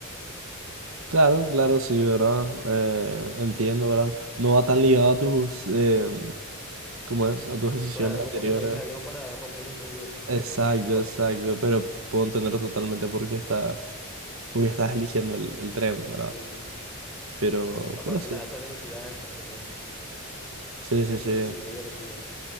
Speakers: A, on the right; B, in the centre.
A: Claro, claro, sí, ¿verdad? Eh, entiendo, ¿verdad? No va tan ligado a tus, eh, ¿cómo es? A tus decisiones
B: Claro,
A: anteriores.
B: como que no dije avión para romper un poco el, <laughs>
A: Exacto,
B: el, el patrón.
A: exacto, pero puedo entenderlo totalmente porque estás, porque estás eligiendo el, el tren, ¿verdad?
B: Sí, sí, sí.
A: Pero,
B: Aparte
A: pero sí,
B: las altas velocidades también eh,
A: sí, sí,
B: siento
A: sí.
B: que sería divertido.